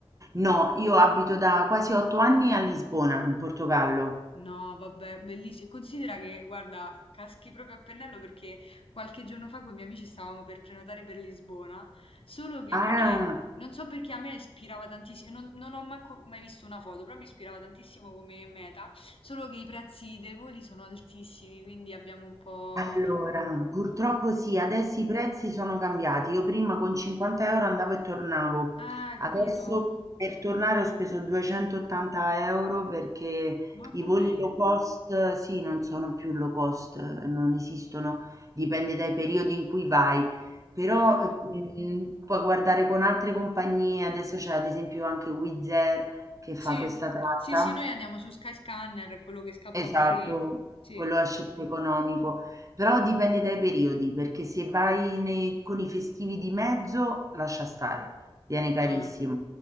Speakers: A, on the right; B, on the left.
A: No, io abito da quasi otto anni a Lisbona, in Portogallo.
B: No, vabbè, bellissimo. Considera che, guarda, caschi proprio a pennello perché qualche giorno fa con i miei amici stavamo per prenotare per Lisbona, solo che
A: Ah,
B: perché non so perché a me ispirava tantissimo, non, non ho manco mai visto una foto, però mi ispirava tantissimo come meta, solo che i prezzi dei voli sono altissimi, quindi abbiamo un po'...
A: allora, purtroppo sì, adesso i prezzi sono cambiati. Io prima con 50 euro andavo e tornavo,
B: Ah, capito?
A: adesso per tornare ho speso 280 euro perché
B: Mamma
A: i voli
B: mia.
A: low cost, eh, sì, non sono più low cost, eh, non esistono, dipende dai periodi in cui vai. Però
B: Eh,
A: eh, mh, puoi guardare con altre compagnie, adesso c'è ad esempio anche Wizz Air che fa
B: Sì,
A: questa tratta.
B: sì, sì, noi andiamo su Skyscanner, quello che scappa
A: Esatto,
B: fuori. Sì.
A: quello esce più economico, però dipende dai periodi, perché se vai nei- con i festivi di mezzo, lascia stare, viene carissimo,
B: Ah.